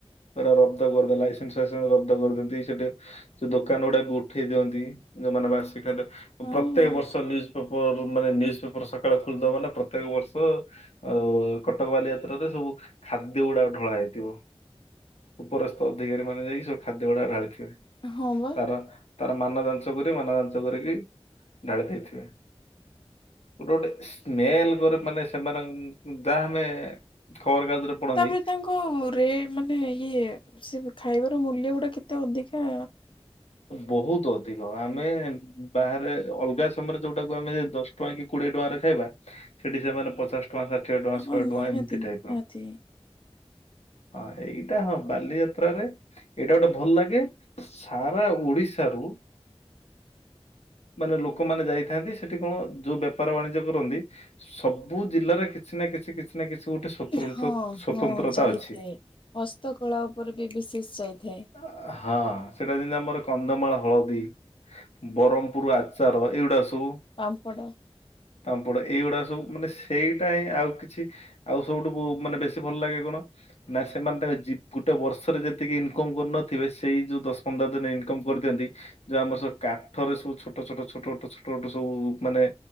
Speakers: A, on the left; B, on the left.
A: ପୁରା ରବ୍ଦ କରିଦେଲା ଲାଇସେନ୍ସ ଫାଇସେନ୍ସ ରବ୍ଦ କରିଥାନ୍ତି ସେଠି। ସେଇ ଦୋକାନ ଗୁଡାକୁ ଉଠେଇ ଦିଅନ୍ତି ଯୋଉମାନେ ବାସିକ ଦା
B: ହୁଁ
A: ପ୍ରତ୍ୟେକ
B: ହୁଁ
A: ବର୍ଷ ନିଉ ପ୍ରବଳ ଯଉ ମାନେ ନ୍ୟୁଜ୍ ପେପର ସକାଳେ ଖୋଲିଦବ ମାନେ ପ୍ରତ୍ୟେକ ବର୍ଷ ଆଉ କଟକ ବାଲି ଯାତ୍ରାରେ ସବୁ ଖାଦ୍ୟ ଗୁଡାକ ଢଳା ହେଇଥିବ। ଉପରସ୍ତ ଅଧିକାରୀ ମାନେ ଯାଇକି ସେ ଖାଦ୍ୟ ଗୁଡାକ ଢାଳିଥିବେ
B: ହଁ ବା
A: ତାର ତାର ମାନ ଯାଞ୍ଚ କରି ମାନ ଯାଞ୍ଚ କରିକି ଢାଳି ଦେଇଥିବେ। ଗୋଟେ ଗୋଟେ ସ୍ମେଲ କରେ ମାନେ ସେମାନଂ ଯାହାନେ ଖବର କାଗଜରେ ପଢନ୍ତି
B: ତାପରେ ତାଙ୍କ ରେ ମାନେ ଇଏ ସେ ଖାଇବାର ମୂଲ୍ୟ ଗୁଡା କେତେ ଅଧିକା।
A: ବହୁତ ଅଧିକ ଆମେ ବାହାରେ ଅଲଗା ସମୟରେ ଯୋଉଟାକୁ ଆମେ ଦଶ ଟଙ୍କା କି କୋଡିଏ ଟଙ୍କାରେ ଖାଇବା ସେଠି ସେମାନେ ପଚାଶ ଟଙ୍କା ଷାଠିଏ ଟଙ୍କା
B: ହଁ
A: ଶହେ
B: ନିହାତି
A: ଟଙ୍କା ଏମିତି
B: ନିହାତି।
A: ଟାଇପ ର। ହଁ ଏଇଟା ହଁ ବାଲିଯାତ୍ରରେ ଏଇଟା ଗୋଟେ ଭଲ ଲାଗେ ସା ସାରା ଓଡିଶାରୁ ମାନେ ଲୋକମାନେ ଯାଇଥାନ୍ତି ସେଠି କଣ ଯୋଉ ବେପାର ବାଣିଜ୍ୟ କରନ୍ତି ସବୁ ଜିଲ୍ଲାର କିଛି ନା କିଛି କିଛି କି କିଛି ନା କିଛି ଗୋଟେ ସ୍ଵତନ୍ତ୍ର
B: ହଁ
A: ସ୍ଵତନ୍ତ୍ରତା
B: ହଁ ଯାଇଥାଏ।
A: ଅଛି।
B: ହସ୍ତକଳା ଉପରେ ବି ବିଶେଷ ଯାଇଥାଏ।
A: ଅ ହଁ ସେଠ ଏଟା ଯେମିତି ଆମର କନ୍ଧମାଳ ହଳଦୀ ବରମପୁର୍ ଆଚାର ଏଇଗୁଡ଼ା ସବୁ
B: ପାମ୍ପଡ଼
A: ପାମ୍ପଡ଼ ଏଇଗୁଡ଼ା ସବୁ ମାନେ ସେଇଟା ହିଁ ଆଉ କିଛି ଆଉ ସବୁଠୁ ବୁ ମାନେ ବେଶୀ ଭଲ ଲାଗେ କଣ? ନା ସେମାନେ ତାଙ୍କ ଜିବ ଗୋଟେ ବର୍ଷରେ ଯେତିକି ଇନକମ କରୁନଥିବେ ସେଇ ଯୋଉ ଦଶ ପନ୍ଦର ଦିନେ ଇନକମ୍ କରି ଦିଅନ୍ତି। ଯଉ ଆମର ସବୁ କାଠର ସବୁ ଛୋଟ ଛୋଟ ଛୋଟ ଛୋଟ ଛୋଟ ଛଟ ସବୁ ମାନେ